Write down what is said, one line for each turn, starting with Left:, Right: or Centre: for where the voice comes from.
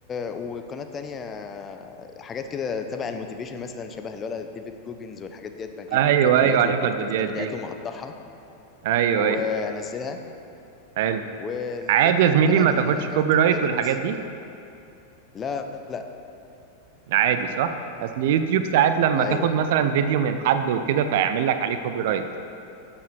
Left: وقناة تانية حاجات كده تبع الموتيفيشن مثلا شبه الولد ديفيد جوجنز والحاجات ديت بجيب
Right: أيوه
Left: الفيديوهات
Right: أيوه عارفها
Left: والبودكاستات
Right: الفيديوهات
Left: بتاعتهم
Right: دي
Left: اقطعها
Right: أيوه
Left: وانزلها
Right: أيوه حلو
Left: والفيديو
Right: عادي يا
Left: والقناه
Right: زميلي ما تاخدش
Left: الاكونت
Right: كوبي رايت
Left: التالت
Right: والحاجات دي
Left: لا لا
Right: عادي صح اصل يوتيوب ساعات لما
Left: ايوه
Right: تاخد مثلا فيديو من حد وكده فيعمل لك عليه كوبي رايت